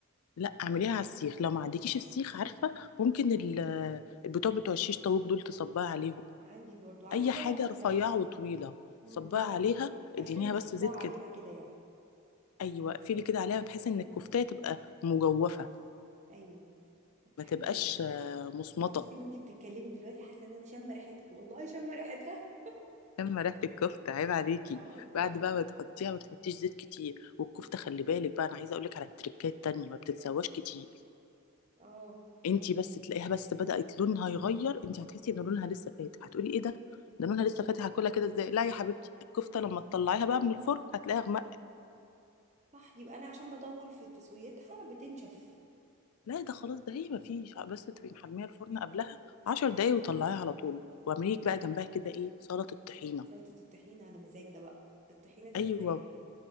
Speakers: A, on the left (about 85°); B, on the right (about 35°).
A: لا اعمليها على السيخ لو ما عندكيش السيخ عارفه ممكن ال- البتوع بتوع الشيش طاووق دول تصبعي عليهم
B: عندي برضو عندي
A: اي
B: ده
A: حاجه
B: وعندي
A: رفيعه
B: ده
A: وطويله
B: امم
A: صبعي عليها
B: افرد
A: ادهنيها
B: الصباع
A: بس زيت كده
B: عليها كده يعني
A: ايوه اقفلي كده عليها بحيث ان الكفتة تبقى مجوفه
B: ايوه طب
A: ما
B: ده
A: تبقاش
B: حلو والله
A: آه، مصمطة
B: بصي وانتي بتتكلمي دلوقتي حاسه ان انا شامه ريحتها والله شامه ريحتها
A: اما ريحة الكفتة عيب عليكي
B: <laughs> اه بجد
A: بعد بقى
B: بقى
A: ما تحطيها ما تحطيش زيت كتير والكفتة
B: مم.
A: خلي بالك بقى انا عايزة اقولك على التريكات التانية ما بتتسواش كتير
B: اه
A: انتي
B: ما بت-
A: بس تلاقيها بس بدأت لونها يغير انتي هتحسي ان لونها لسه فاتح هتقولي ايه ده ده لونها لسه فاتح هاكلها كده ازاي لا يا حبيبتي الكفتة لما تطلعيها بقى من الفرن هتلاقيها غمق
B: صح يبقى انا عشان بطول في تسويتها بتنشف
A: لا ده خلاص ده هي ما فيش بس تبقي محمية الفرن قبلها عشر دقايق وطلعيها على طول واعمليك بقى جنبها كده ايه سلطة طحينة
B: سلطه الطحينه على مزاج ده بقى الطحينه دي
A: ايوه
B: مزاج